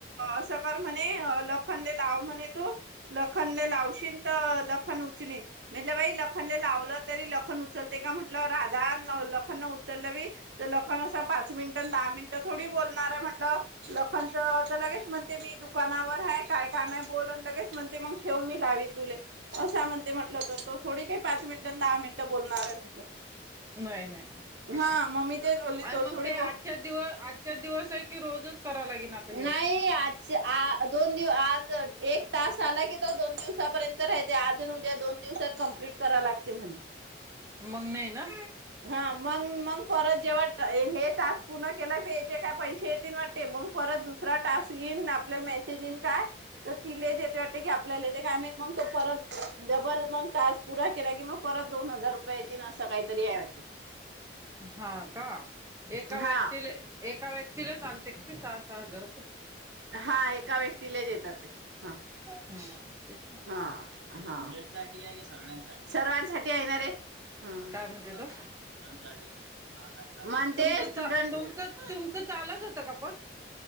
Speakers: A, on the right (about 70°); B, on the right (about 15°).
A: असं कर म्हणे लखनले लाव म्हणे तू लखनने लावशील त लखन उचलीन म्हटलं बाई लखनने लावलं तरी लखन लखन उचलते का म्हटलं राधा लखन उचललं बी तर लखन असं पाच मिनिटं दहा मिनिट थोडी बोलणार आहे म्हटलं लखनच तर लगेच म्हणते मी दुकानावर हाय काय काम आहे बोलून लगेच म्हणते मग ठेव मी लावीन तुले. असा म्हणते म्हटलं त तो थोडी काही पाच मिनिटं दहा मिनिटं बोलणारे म्हटलं,
B: नाही नाही
A: हा मग मी तेच बोलली
B: आणि
A: तो
B: मग
A: थोडी
B: ते
A: ब
B: आजच्या दिव आजच्या दिवस की रोजच कराव लागेन आता हे असं
A: नाही आजच्या आज दोन दिव आज एक तास आला की तो दोन दिवसापर्यंत राहते आजन उद्या दोन दिवसात कंम्पलीट करा लागते म्हणे.
B: मग नाही ना.
A: हा मग मग परत जेव्हा हे टास्क पूर्ण केला याचे काय पैसे येतील वाटते मग परत दुसरा टास्क येईन आपल्याला मेसेज येईन काय? तर तिलेचे येते वाटते की आपल्याला येते काय माहित मग तो परत डबल मग तास् परा केला की मग परत दोन हजार रुपया येतीन, असं काहीतरीये वाटते.
B: हा का एका व्यक्तीला
A: हा
B: एका व्यक्ती तिलाच आलते का ते सहा सहा हजार रुपये.
A: हा एका व्यक्तीला येतात ते हा
B: हम्म तेच म्हटलं
A: हा. हा. सर्वांसाठी आहे ना रे. ह. <unintelligible>
B: काय म्हणते तो
A: म्हणते
B: तुमचं
A: स्टुडंट
B: चा तुमचं तुमचं चालत होतं का पण